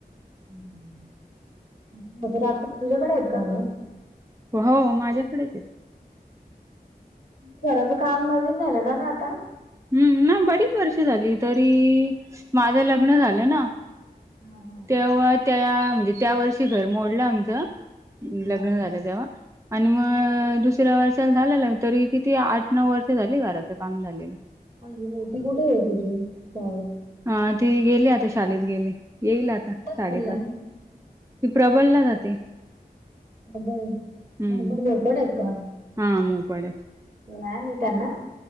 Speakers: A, on the right (about 60°); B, on the right (about 20°).
A: <unintelligible> तुझ्याकडे आहेत का ग?
B: हो माझ्याकडेच आहेत.
A: घराच काम नवीन झालं ना ग आता?
B: हम्म ना बरीच वर्ष झाली तरी माझं लग्न झालं ना
A: हा हा.
B: तेव्हा त्या म्हणजे त्या वर्षी घर मोडलं आमचं
A: हा.
B: लग्न झालं तेव्हा. आणि म दुसऱ्या वर्षाला झालेलं तरी किती आठ नऊ वर्ष झाली घराचं काम झालेलं.
A: आणि ती मोठी कुठेय तुजी शाळेत?
B: हा ती गेली आता शालेेत गेली येईल आता
A: कुठल्या
B: साडेपाचला.
A: स्कूलला आहे?
B: ती प्रबलला जाते.
A: <unintelligible>
B: हम्म हा मोपड्यात.
A: व्हॅन आहे त्यांना?